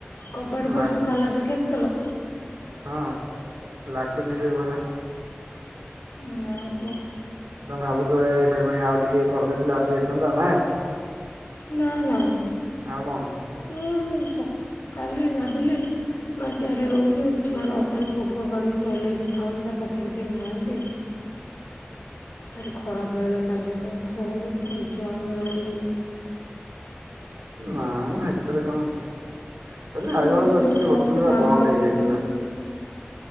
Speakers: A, on the left; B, on the right.
A: କବାଟ ଫବାଟ
B: ଲାଗୁ
A: ସବୁ ତାଲା ଦେଇକି ଆସିଥିଲ?
B: ହଁ ଲାଗୁଛି ସେଇଭଳିଆ।
A: ନା କୁହ।
B: ତେ ଭାବୁଥିବ ଏଇ ପେମେ ଆଉ ଟିକେ କରିଦେଇଥିଲେ ଆସିଯାଇଥାନ୍ତା ନା।
A: ନା ନା।
B: ଆଉ କଣ?
A: ଉ ହୁଁ <unintelligible> କାଲି ଭାବିଲି ମା ସିଆଡେ ରହୁଛି ଗୋଟେ ଛୁଆଟା ଅଟାରେ ପୋକ କାଢ଼ିକି ଚଲେଇକି ଖାଉଛି ତା ପାଖରେ କେହି ନାହାଁନ୍ତି। ଭାରି ଖରାପ ଲାଗିଲା କାଲି ଶୁଣିକି ଇଚ୍ଛା ହଉନି ରହିବାକୁ।
B: ନା ମୁଁ ଏଥିରେ କଣ ଅଛି କାଲି
A: ମୁଁ
B: ଆଇଲା
A: ଥିଲେ
B: ବେଳକୁ ଆକ୍ଚୁଆଲି
A: କ'ଣ
B: ହୋଟେଲ
A: ସେ ଜାଣିପାରନ୍ତିନି
B: ବନ୍ଦ ହେଇଯାଇଥିଲା।